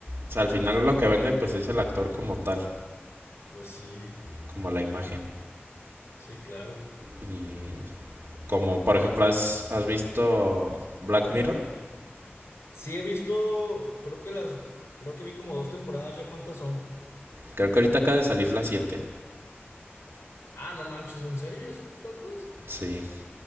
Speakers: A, on the right; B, on the left.
A: O sea, al final lo que vende pues es el actor como tal,
B: pues sí,
A: como la imagen.
B: sí, claro.
A: Y como por ejemplo, ¿has, has visto Black Mirror?
B: Claro. Sí, he visto, creo que las, creo que vi como dos temporadas, ¿ya cuántas son?
A: Creo que ahorita acaba de salir la siete.
B: Ah, no manches, ¿en serio? ¿Ya son tantas?
A: Sí,